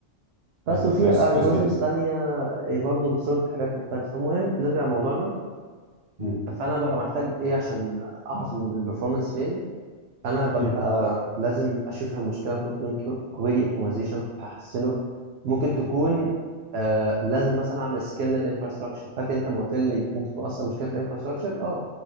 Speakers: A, on the right; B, on the right.
A: بس
B: آه،
A: وفي
B: كويس كويس
A: الجوريزمز
B: جدا
A: تانية آه، برضو بتسورت حاجات مختلفه المهم نرجع لموضوعنا
B: مم.
A: فانا ببقى محتاج ايه عشان اعرف البرفورمانس فين انا ببقى
B: مم.
A: لازم اشوفها مشكله ممكن تكون كويري اوبتمايزيشن احسنه ممكن تكون آه لازم مثلا اعمل سكيل للانفراستراكشر فاكر انت ما قلت لي ممكن تكون اصلا مشكله في الانفراستراكشر اه